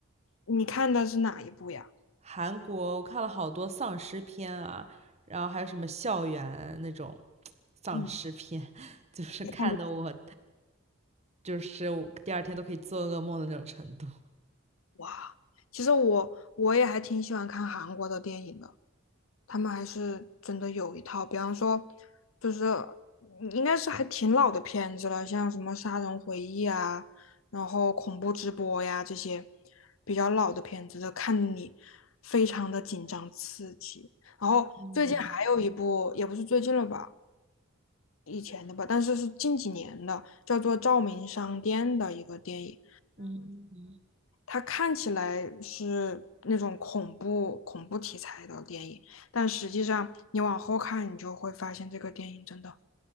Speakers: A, on the left (about 85°); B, on the right (about 35°).
A: 你看的是哪一部呀？
B: 韩国我看了好多丧尸片啊，然后还有什么校园那种丧尸片，
A: 嗯，
B: <laughs> 就是看的我
A: 你看的
B: 就是我第二天都可以做噩梦的那种程度。
A: 哇，其实我我也还挺喜欢看韩国的电影的。他们还是真的有一套，比方说，就是应该是还挺老的片子了，像什么《杀人回忆》啊，然后恐怖直播呀这些比较老的片子，看你非常的紧张刺激。然后最近还有一部，
B: 嗯
A: 也不是最近了吧，以前的吧，但是是近几年的，叫做《照明商店》的一个电影。
B: 嗯。
A: 它看起来是那种恐怖恐怖题材的电影，但实际上你往后看，你就会发现这个电影真的